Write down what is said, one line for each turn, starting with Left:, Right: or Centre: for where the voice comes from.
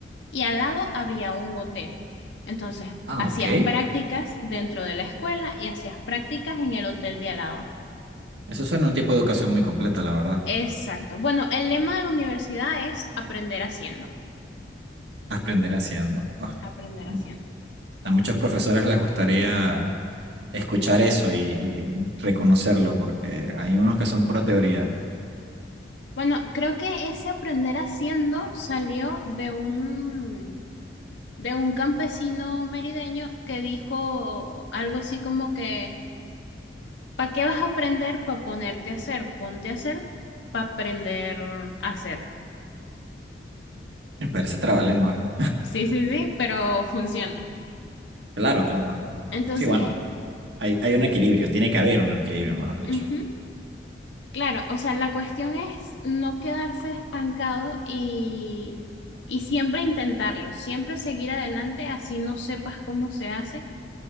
Left: y al lado había un hotel. Entonces,
Right: Ah,
Left: hacías
Right: ok.
Left: prácticas dentro de la escuela y hacías prácticas en el hotel de al lado.
Right: Eso suena a un tipo de educación muy completa, la verdad.
Left: Exacto. Bueno, el lema de la universidad es aprender haciendo,
Right: Aprender haciendo. Ah,
Left: aprender
Right: mm.
Left: haciendo.
Right: a muchos profesores les gustaría escuchar eso y, y reconocerlo, porque hay unos que son pura teoría.
Left: Bueno, creo que ese aprender haciendo salió de un de un campesino merideño que dijo algo así como que ¿Para qué vas a aprender? Para ponerte a hacer. Ponte a hacer para aprender a hacer.
Right: Me parece trabalengua.
Left: Sí, sí, sí, pero funciona.
Right: Claro, claro.
Left: Entonces,
Right: Sí, bueno, hay, hay un equilibrio, tiene que haber un equilibrio, mejor dicho.
Left: ujú, claro, o sea, la cuestión es no quedarse estancado y, y siempre intentarlo, siempre seguir adelante, así no sepas cómo se hace,